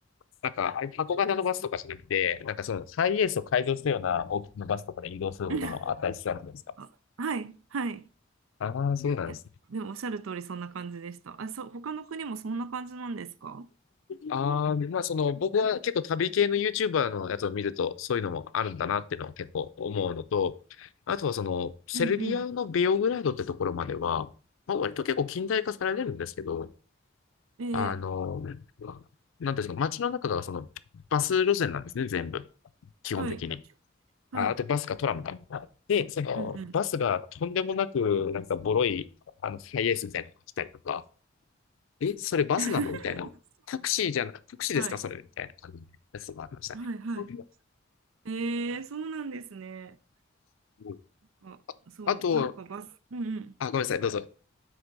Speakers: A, on the left (about 75°); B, on the right (about 80°).
A: なんか、あ箱型のバスとかじゃなくて、なんかその、ハイエースを改造したような大きなバスとかで移動することもあったりしたんですか
B: <laughs> あ、はい、はい。
A: ああー、そうなんですね
B: いや、でもおっしゃる通りそんな感じでした。あ、そう、他の国もそんな感じなんですか
A: ああ、まあその僕は結構旅系の YouTuber のやつを見るとそういうのもあるんだなっていうのを結構思うのと、あとはそのセルビアのベオグラードってところまでは、
B: うんうん。
A: まあ割と結構近代化されてるんですけど、
B: ええ、
A: あの、なんていうんですか、街の中がそのバス路線なんですね、全部。基本的に。
B: はい、はい、
A: あ、あとバスかトラムか。で、そのバスがとんでもなくなんかボロい、
B: うんうん。
A: あの、ハイエースみたいなのが来たりとか、え、それバスなのみたいな。
B: <laughs>
A: タクシーじゃな、タクシーですかそれみたいな感じのやつもありましたね。
B: はい、はい、はい。
A: う
B: ええ、そうなんですね。
A: ん
B: あ、そう、
A: あと、
B: なんかバス、うんうん。
A: あ、ごめんなさい、どうぞ。